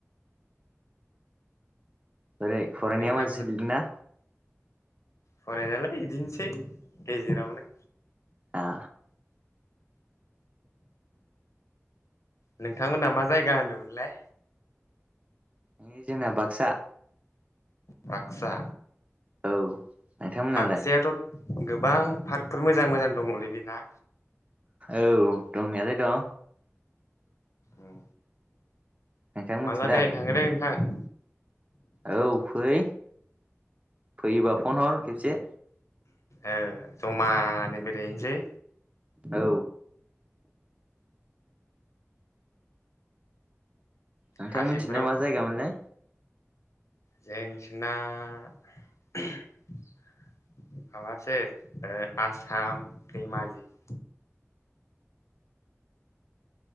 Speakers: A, on the right; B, on the left.
A: ओरै फरायनाया
B: नोंथां
A: मानसि लिरदोना
B: फरायनायालाय इदिनोसै गजेरावनो।
A: आ
B: नोंथांमोनहा मा जायगा होनदोंमोनलाय।
A: ओइ जोंना बाक्सा
B: बक्सा
A: औ नोंथांमोनालाय
B: बाक्सायाथ गोबां पार्कफोर मोजां मोजां दङलै बेना
A: औ दंनायालाय दं
B: ओम
A: नोंथां मिथिलाय
B: मालाबा बेरायनो थांगोन दै नोंथां।
A: औ फै फैबा फन हर खेबसे
B: ओ जमानो बेरायहनोसै
A: औ नोंथां
B: हाजोफोराव
A: मोनथिलाय मा जायगामोनलाय।
B: जोंनिथिना ओहम माबासो ओ आसाम दैमाजि <inaudible>